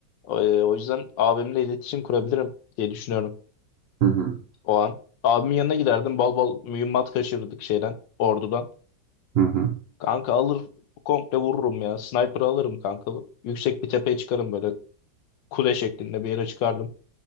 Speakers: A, on the left; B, on the right.
A: E, o yüzden abimle iletişim kurabilirim diye düşünüyorum.
B: Hı hı.
A: o an. Abimin yanına giderdim. Bal bal mühimmat kaçırırdık şeyden. Ordudan.
B: Hı hı.
A: Kanka alır komple vururum ya. Sniper alırım kanka. Yüksek bir tepeye çıkarım böyle kule şeklinde bir yere çıkardım.